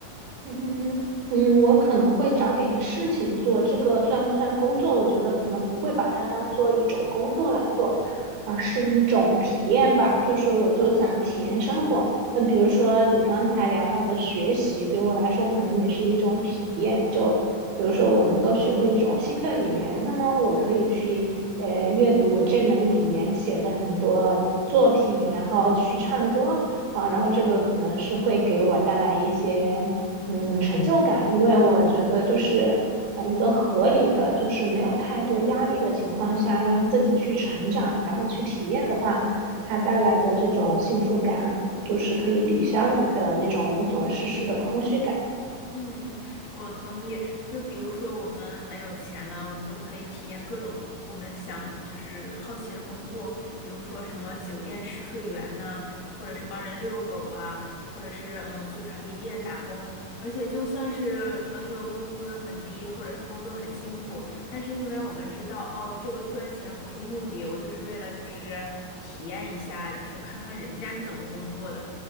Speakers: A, on the right (about 80°); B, on the left (about 75°).
A: 嗯哼，嗯，我可能会找点事情做，这个算不算工作？我觉得可能不会把它当做一种工作来做，而是一种体验吧。就是我就想体验生活。那比如说你刚才聊到的学习，对我来说可能也是一种体验。就比如说我能够学会一种新的语言，那么我可以去呃阅读这门语言写的很多作品，然后去唱歌。啊，然后这个可能是会给我带来一些嗯，成就感，因为我觉得就是呃，一个合理的，就是没有太多压力的情况下，让自己去成长，然后去体验的话，它带来的这种幸福感，就是可以抵消你的那种无所事事的空虚感。
B: 嗯，嗯，我同意。就是比如说，我们很有钱了，我们就可以体验各种我们想就是好奇的工作，比如说什么酒店试睡员呐、或者是帮人遛狗啊，或者是嗯去咖啡店打工。而且就算是呃这个工资很低，或者是工作很辛苦，但是因为我们知道哦，这个赚钱不是目的，我就是为了就是体验一下，就是看看人家是怎么工作的。